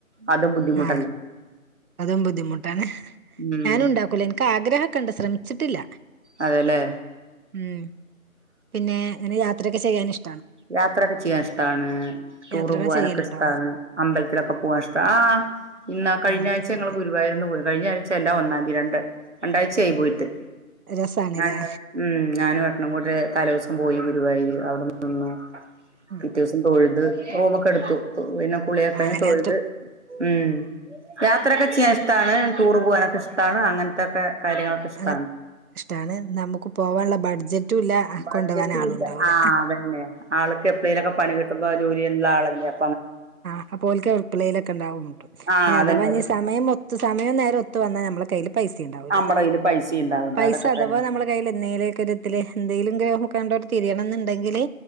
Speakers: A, on the right; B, on the right.
A: അതും ബുദ്ധിമുട്ടല്ലേ
B: ആഹ് അതും ബുദ്ധിമുട്ടാണ്
A: ഉം
B: ഞാനുണ്ടാക്കൂല എനിക്ക് ആഗ്രഹം ഒക്കെണ്ട് ശ്രമി ച്ചിട്ടില്ല
A: അതെല്ലേ
B: ഉം പിന്നെ ഇങ്ങനെ യാ ത്രക്കെ ചെയ്യാനിഷ്
A: യാത്രാ ക്കെ ചിയ്യാഷ് ട്ടാണ് ടൂറ്
B: യാത്രകൾ
A: പുവ്വാനൊക്കെ
B: ചെയ്യലുണ്ടോ
A: ഇഷ്ടാണ് അമ്പലത്തിലൊക്കെ പുവാൻ ഇഷ്ടാ ആഹ് ഇന്ന കഴിഞ്ഞ
B: അങ്ങനൊക്കെ
A: ആഴ്ച
B: ചെയ്യല്ലേ
A: ങ്ങള് ഗുരുവായൂരൊന്ന് പോയി കഴിഞ്ഞ ആഴ്ച അല്ല ഒന്നാം തീ രണ്ട് രണ്ടാഴ്ചയായി പോയിട്ട്
B: രസാണ്ല്ലേ
A: ഞാൻ ഉം ഞാനും ഏട്ടനും കൂടെ തലോസം പോയി ഗുരുവായൂര് അവിടെ നിന്നു
B: ഉം
A: പിറ്റേവ്സം തൊഴുത് റൂമ് ഒക്കെ എടുത്തു ത്തു പിന്നെ കുളിയക്കഴിഞ്ഞ്
B: അങ്ങനെ
A: തൊഴുത്
B: അത്
A: ഉം യാത്രയൊക്കെ ചെയ്യാൻ ഇഷ്ടാണ് ടൂർ പുവ്വാനൊക്കെ ഇഷ്ടാണ് അങ്ങനത്തൊക്കെ കാര്യങ്ങളൊക്കെ ഇഷ്ടാണ്
B: അതെ ഇഷ്ടാണ് നമുക്ക് പോവാള്ള ബഡ്ജ റ്റൂല്ല
A: ബഡ്ജറ്റും
B: കൊണ്ടോവാൻ ആളും
A: ഇല്ല
B: ഉണ്ടാവൂല
A: ആഹ് അതന്നെ ആൾക്ക് എപ്പ്ളേലൊക്കെ പണി കിട്ടുമ്പോ ജോലി ഉള്ള ആളല്ലേ അ
B: ആഹ് അപ്പോൽക്ക് എപ്പളേലൊക്കെ ഇണ്ടാവൊള്ളു ട്ടോ
A: ആഹ്
B: ഇനി
A: അതന്നെ
B: അഥവാ ഞ് സമയം ഒത്ത് സമയം നേരോം ഒത്തു വന്നാ നമ്മള് കയ്യില് പൈസ് സീണ്ടാവൂല
A: നമ്മടെ കയ്യില് പൈസയും ഉണ്ടാവില്ല
B: പൈസ
A: അതൊക്കെ
B: അഥവാ
A: തന്നെ
B: നമ്മളെ കയ്യില് എന്നേലൊക്കൊരുദില് എന്തേലും ഗ്രോഹക്കണ്ടോട്ത് തിരിയണംന്നുണ്ടെങ്കില്